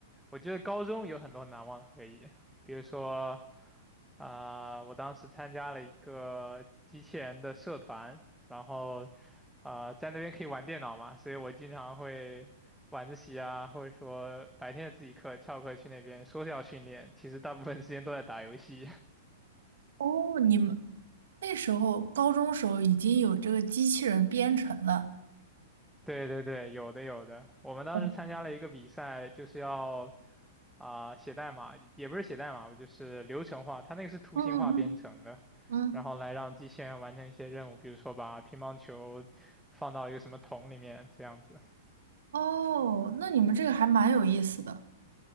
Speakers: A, in the centre; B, on the right (about 60°).
A: 我觉得高中有很多难忘的回忆，比如说啊、我当时参加了一个机器人的社团，然后啊、在那边可以玩电脑嘛，所以我经常会晚自习啊，或者说白天的自习课翘课去那边说是要训练，其实大部分时间都在打游戏。
B: 哦，你们那时候高中时候已经有这个机器人编程了。
A: 对对对，有的有的。我们当时参加了一个比赛，
B: 哦
A: 就是要啊、写代码，也不是写代码吧，就是流程化。它那个是图形化编程的，
B: 嗯嗯嗯，
A: 然后来让机器人完成一些任务，
B: 嗯，
A: 比如说把乒乓球放到一个什么桶里面这样子。
B: 哦，那你们这个还蛮有意思的。